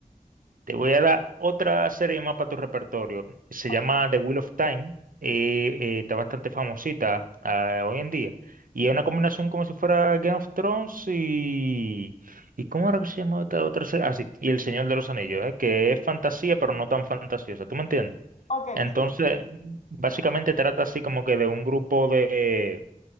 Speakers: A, on the right; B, on the left.
A: Te voy a dar otra serie más para tu repertorio. Se
B: Ok,
A: llama The Wheel of Time. eh, eh, está bastante famosita ah, hoy en día. Y es una combinación como si fuera Game of Thrones y... ¿Y cómo era que se llama esta otra serie? Ah, sí, y El Señor de los Anillos, eh, que es fantasía, pero no tan fantasiosa. ¿Tú me entiendes?
B: ok,
A: Entonces,
B: sí,
A: básicamente trata así como que de un grupo de